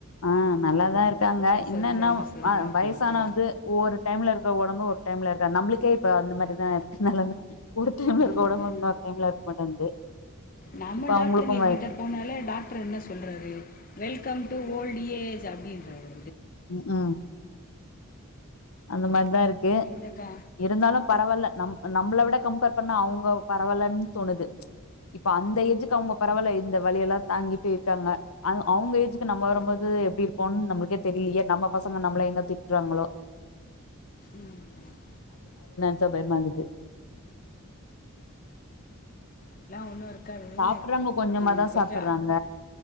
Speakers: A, on the left; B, on the left.
A: ஆஹ் நல்லாதா இருக்காங்க என்னனா
B: சரியில்லை இது சரியில்லை
A: வ
B: அப்படின்ட்டு
A: வயசானாவது ஒவ்வொரு டைம்ல இருக்க ஒடம்பு ஒரு டைம்ல இருக்கா நம்புளுக்கே இப்ப அந்த மாதிரி தா இருக்கு நெலம ஒரு டைம்ல
B: ஆ
A: இருக்க ஒடம்பு
B: ஆமா
A: இன்னொரு டைம்ல இருக்க மாட்டேன்து
B: நம்ம
A: இப்ப அவங்களுக்கு
B: டாக்டர்ங்க கிட்ட போனாலே டாக்ட்ரு என்ன சொல்றாரு வெல்கம் டூ ஓல்டு ஏஜ் அப்டின்றாரு
A: ம்ஹு அந்த மார்தா இருக்கு
B: இல்லக்கா
A: இருந்தாலு பரவால்ல நம் நம்பள விட கம்பேர் பண்ணா அவுங்க பரவாலன்னு தோணுது ச் இப்ப அந்த ஏஜ்க்கு அவங்க பரவால இந்த வலியெலா தாங்கிட்டே இருக்காங்க அவ அவுங்க ஏஜ்க்கு து நம்ம
B: ஆ
A: வரம்போது எப்டி இருக் ப்போதுங் நம்மள்க்கே தெரிலயே நம்ம பசங்க நம்பள எங்க திட்றாங்ளோ
B: உம் உம்
A: ச்சா பயமாகுது
B: அதா ஒன்னு இருக் காது
A: சாப்பிடுறாங்க கொஞ்சமா
B: அஹ்
A: தான்
B: கொஞ்ச
A: சாப்பிடுறாங்க.